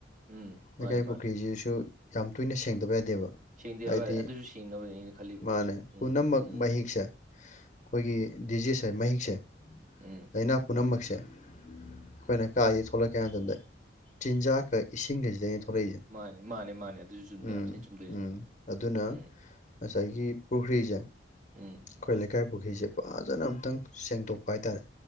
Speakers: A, on the right; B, on the left.
A: ꯎꯝ
B: ꯂꯩꯀꯥꯏ
A: ꯃꯥꯅꯤ ꯃꯥꯅꯤ
B: ꯄꯨꯈ꯭ꯔꯤꯁꯤꯁꯨ ꯌꯥꯝ ꯇꯣꯏꯅ ꯁꯦꯡꯗꯕ ꯌꯥꯗꯦꯕ꯫
A: ꯁꯦꯡꯗꯦꯕ
B: ꯍꯥꯏꯗꯤ
A: ꯑꯗꯨꯁꯨ ꯁꯦꯡꯅꯕꯅꯦ ꯑꯩꯅ ꯈꯜꯂꯤꯕꯅꯤꯁꯨ
B: ꯃꯥꯅꯦ ꯄꯨꯝꯅꯃꯛ
A: ꯎꯝ ꯎꯝ
B: ꯃꯍꯤꯛꯁꯦ ꯑꯩꯈꯣꯏꯒꯤ꯫ ꯗꯤꯖꯤꯁꯁꯦ ꯃꯍꯤꯛꯁꯦ
A: ꯎ
B: ꯂꯅꯥ ꯄꯨꯝꯅꯃꯛꯁꯦ ꯑꯩꯈꯣꯏꯅ ꯀꯥꯏꯁꯤ ꯊꯣꯛꯂꯛꯀꯦ ꯍꯥꯏ ꯃꯇꯝꯗ ꯆꯤꯟꯖꯥꯛꯀ ꯏꯁꯤꯡꯒꯁꯤꯗꯩꯅ ꯍ
A: ꯃꯥꯅꯦ ꯃꯥꯅꯦ ꯃꯥꯅꯦ ꯑꯗꯨꯁꯨ ꯆꯨꯝꯗꯣꯏ
B: ꯎꯝ
A: ꯌꯥꯝ ꯊꯤꯅ ꯆꯨꯝꯗꯣꯏꯅꯦ
B: ꯎꯝ
A: ꯑꯗꯣ
B: ꯑꯗꯨꯅ
A: ꯎꯝ
B: ꯉꯁꯥꯏꯒꯤ ꯄꯨꯈ꯭ꯔꯤꯁꯦ ꯑꯩꯈꯣꯏ
A: ꯎꯝ
B: ꯂꯩ ꯏꯀꯥꯏ ꯄꯨꯈ꯭ꯔꯤꯁꯦ ꯐꯖꯅ ꯑꯃꯨꯇꯪ ꯁꯦꯡꯗꯣꯛꯄ ꯍꯥꯏꯇꯥꯔꯦ